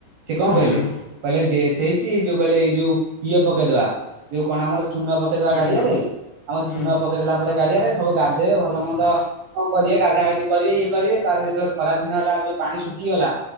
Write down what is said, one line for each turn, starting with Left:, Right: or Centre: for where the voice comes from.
Right: ସେ କଣ
Left: ହୁଁ
Right: କହିଲେ? କହିଲେ ଡେଥ ହେଇଛିି ଯୋଉ କହିଲେ ଏଇ ଯୋଉ ଇଏ ପକେଇଦବା ଯୋଉ କଣ ଆମର ଚୂନ ପକେଇଦବା
Left: ଚୂନ
Right: ଗାଡିଆରେ ଆମ
Left: ହୁଁ
Right: ଚୁନ ପକେଇଦଲା ପରେ ଗାଡି ଡିଆରେ ସବୁ ଗାଧୋଇବେ ଭଲନ୍ଦଁ କରିବ ଗଧାଗାଧି କରିବେ ଇଏ କରିବେ ତାର ଯେତେବେଳେ ଖରା ଦିନ ହେଲା ଆଉ ଯୋଉ ପାଣି ପାଣି ଶୁଖିଗଲା।